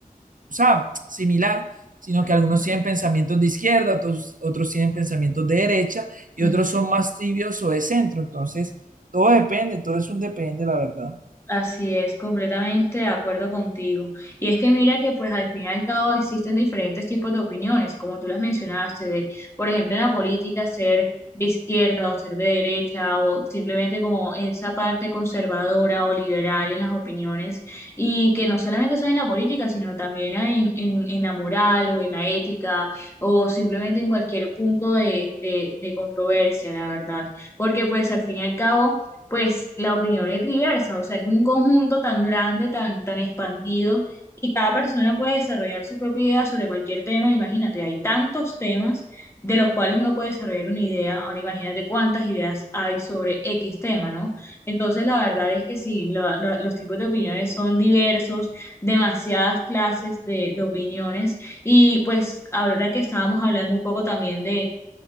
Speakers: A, on the right; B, on the left.
A: o sea, similar, sino
B: Ujú,
A: que algunos tienen pensamientos de izquierda, otros, otros tienen pensamientos de derecha y
B: ujú.
A: otros son más tibios o de centro. Entonces, todo depende, todo es un depende, la verdad.
B: Así es, completamente de acuerdo contigo. Y es que mira que pues al fin y al cabo existen diferentes tipos de opiniones, como tú las mencionaste, de, por ejemplo, en la política ser de izquierda o ser de derecha o simplemente como esa parte conservadora o liberal en las opiniones y que no solamente son en la política, sino también en, en, en la moral o en la ética o simplemente en cualquier punto de, de, de controversia, la verdad. Porque pues al fin y al cabo pues la opinión es diversa, o sea, es un conjunto tan grande, tan, tan expandido, y cada persona puede desarrollar su propia idea sobre cualquier tema. Imagínate, hay tantos temas de los cuales uno puede desarrollar una idea. Ahora imagínate cuántas ideas hay sobre X tema, ¿no? Entonces, la verdad es que sí, lo- lo- los tipos de opiniones son diversos, demasiadas clases de, de opiniones, y pues ahora que estábamos hablando un poco también de